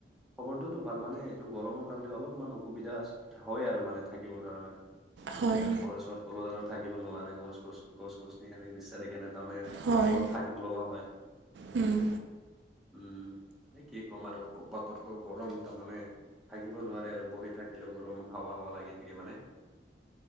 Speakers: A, in the centre; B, on the right.
A: খবৰটোতো ভাল মানে এইটো গৰমৰ কাৰণে অলপমান অসুবিধা হয় আৰু মানে থাকিবৰ কাৰণে।
B: হয়
A: এতিয়া ঘৰ ওচৰত কলো দাৰ থাকিব নোৱাৰে গছ-গছ-গছ-গছনি আনি বিচাৰে কেনেধৰণে
B: হয়
A: তলত থাকিব লগীয়া হয়।
B: উম।
A: উম, মানে কি ক'ম আৰু বতৰটো গৰম তাৰমানে থাকিব নোৱাৰে আৰু বহি থাকিলেও গৰম হাৱা-হাৱা লাগি থাকে মানে।